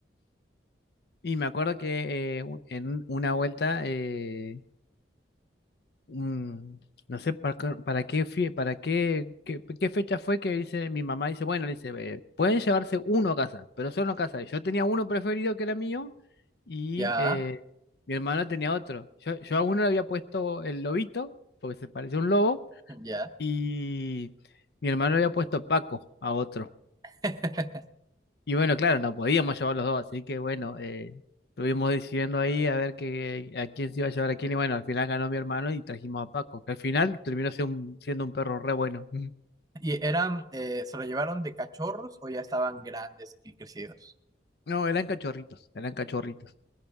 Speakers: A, on the left; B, on the right.
A: Y me acuerdo que eh, u- en una vuelta eh, mm, no sé para, qué- para qué, fie- para qué, qué, qué fecha fue que dice mi mamá, dice, bueno, le dice, "eh, pueden llevarse uno a casa, pero solo a casa. Y Yo tenía uno preferido que era mío y
B: ya,
A: eh, mi hermano tenía otro. Yo, yo a uno le había puesto el lobito, porque se parece a un lobo,
B: ya.
A: y mi hermano le había puesto Paco a otro.
B: <laughs>
A: Y bueno, claro, no podíamos llevar los dos, así que bueno, eh, estuvimos decidiendo ahí a ver que, a quién se iba a llevar a quién. Y bueno, al final ganó mi hermano y trajimos a Paco, que al final terminó siendo un, siendo un perro re bueno. Ujú.
B: ¿Y eran, eh, se lo llevaron de cachorros o ya estaban grandes y crecidos?
A: No, eran cachorritos, eran cachorritos.